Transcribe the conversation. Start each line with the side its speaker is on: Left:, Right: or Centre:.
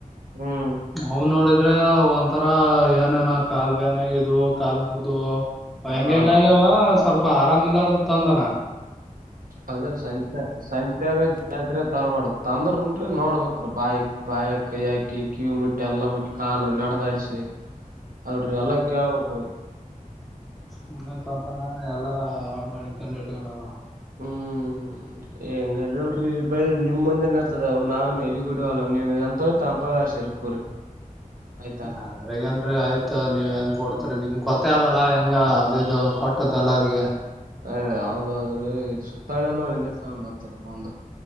Right: ಹ್ಮ್
Centre: ಅವು ನೋಡಿದ್ರೆ ಒಂದು ತರ ಏನೇನ ಕಾಲ್ ಬೇನಾಗಿದ್ವು ಕಾಲ್ ಮುರಿದು ಹೆಂಗ
Right: ಹಾ
Centre: ಹೆಂಗ ಆಗ್ಯಾವ ಸ್ವಲ್ಪ ಅಪ್ಪ ಆರಾಮ ಇಲ್ಲಾರ್ದು ತಂದಾನ
Right: ಅದ್ರ ಸಂತೆ ಸಂತ್ಯಾಗ ಜಾತ್ರೆಗ್ಯ ತರಬಾರುದು ತಂದ್ರನ್ರೀ ನೋಡ್ಬೇಕ್ರೀ ಬಾಯಾಕ್ ಬಾಯ ಕೈ ಹಾಕಿ ಕಿವಿ ಮುಟ್ಟಿ ಎಲ್ಲಾ ಮುಟ್ಟಿ ಕಾಲು ನಡದಾಡ್ಸಿ
Centre: ಹಾಯ್
Right: ಅವಡ್ರೆಲ್ಲ ಕೇಳ್ಬೇಕ್ರೀ
Centre: ಸುಮ್ನೆ ತಂದಾನ ಎಲ್ಲಾ ಹಾಳ್ ಮಾಡಕೆಂಡ್ ಇಟ್ಕೊಂಡನವ
Right: ಹ್ಮ್ ಹ್ಮ್ ಹೆಂಗ ಅಡ್ಡಿಲ್ರೀ ಬ ನಿಮ್ ಮುಂದಿನರ್ ಅದವು ನಾವ ಎಲಿಗೂಡುವಲ್ಲ ನೀವುಂತ ಎಂತವ್ ಬೇಕ್ ಹಂತವ್ ಆರ್ಶ್ಯಗೋರ್ ಕುರಿ ಆಯ್ತಾ.
Centre: ಆದ್ರಗೇನ್ ರಿ ಆಯ್ತ ನೀವ್ ಹೆಂಗ ಕೊಡ್ತರಿ ನಿಮ್ ಗೊತ್ತೇ ಅದಲ್ಲ ಹೆಂಗ ಅದಿದು ಕೊಟ್ಟದ್ ಎಲ್ಲಾರಗೆ
Right: ಏ ಹೌದೌದ್ರೀ ಇದು ಸುತ್ತಾಳ್ಳ್ಯಾನರ ಇಲ್ಲೇ ತಗೊಂಡ್ ಹೋಗ್ತಾರಿ ಬಂದ